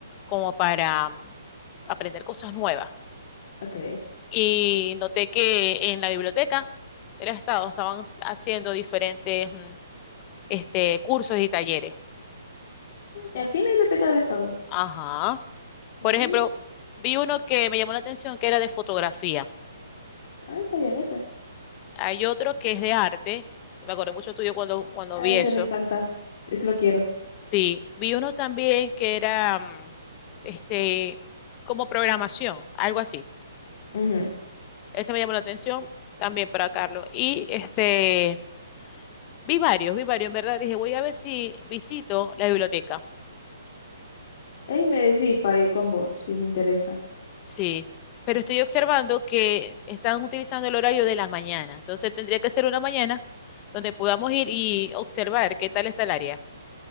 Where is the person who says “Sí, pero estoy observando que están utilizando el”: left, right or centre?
Left